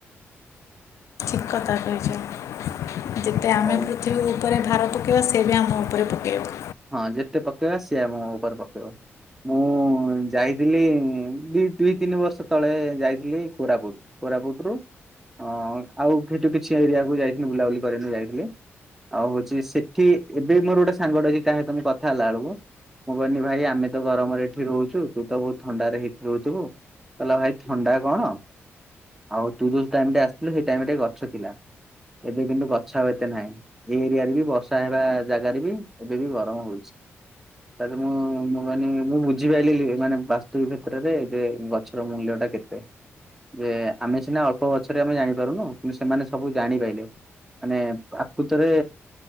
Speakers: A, on the left; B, in the centre.
A: ବହୁତ କଥା କହିଛ ଯେତେ ଆମେ
B: ଆଉ
A: ପୃଥିବୀ କୁ ଉପରେ ଭାର ପକାଇବ ସେ ବି ଆମ ଉପରେ ପକାଇବ।
B: ହଁ ଯେତେ ପକେଇବା ସେ ଆମ ଉପରେ ପକେଇବ। ମୁଁ ଯାଇଥିଲି ଦି ଦୁଇ ତିନି ବର୍ଷ ତଳେ ଯାଇଥିଲି କୋରାପୁଟ। କୋରାପୁଟରୁୁ ଅ ଆଉ ସେଠୁ କିଛି ଏରିଆକୁ ଯାଇଥିଲି ବୁଲାବୁଲି କରିବା ପାଇଁ ଯାଇଥିଲି। ଆଉ ହଉଛି ସେଠି ଏବେ ମୋର ଗୋଟେ ସାଙ୍ଗଟେ ଅଛି ତା ସହିତ ମୁଁ କଥା ହେଲା ବେଳକୁ ମୁଁ କହନି ଭାଇ ଆମେ ତ ଗରମରେ ଏଠି ରହୁଛୁ ତୁ ତ ବହୁତ ଥଣ୍ଡାରେ ହେଠି ରହୁଥିବୁ। କହିଲା ଭାଇ ଥଣ୍ଡା କଣ ଆଉ ତୁ ଯୋଉ ଟାଇମ୍ ରେ ଆସିଥିଲୁ ସେଇ ଟାଇମ୍ ରେ ଗଛ ଥିଲା। ଏବେ କିନ୍ତୁ ଗଛ ଆଉ ଏତେ ନାହିଁ ଏଇ ଏରିଆରେ ବି ବର୍ଷା ହେବା ଜାଗାରେ ବି ଏବେ ବି ଗରମ ହଉଛି। ତା ପରେ ମୁଁ ମୁଁ କହିନି ମୁଁ ବୁଝିପାରଲିି ମାନେ ବାସ୍ତବିକତାରେ ଯେ ଗଛର ମୂଲ୍ୟ କେତେ ଯେ ଆମେ ସିନା ଅଳ୍ପ ବଛରେ ଆମେ ଜାଣିପାରୁନୁ କିନ୍ତୁ ସେମାନେ ସବୁ ଜାଣିପାଇଲେ। ମାନେ ଆକୃତରେ